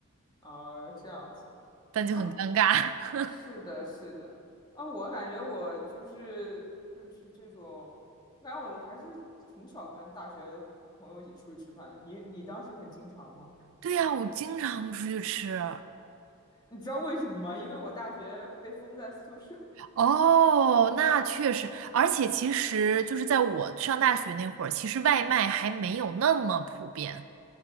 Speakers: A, on the left; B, on the right.
A: 啊这样子？
B: 但就很尴尬。
A: 啊。
B: <laughs>
A: 是的，是的，啊，我感觉我就是就是这种，我感觉我还是挺少跟大学朋友一起出去吃饭的。你你当时很经常吗？
B: 对呀，我经常出去吃。
A: 你知道为什么吗？因为我大学被封在宿舍
B: 哦，那确实，而且其实就是在我上大学那会儿，其实外卖还没有那么普遍。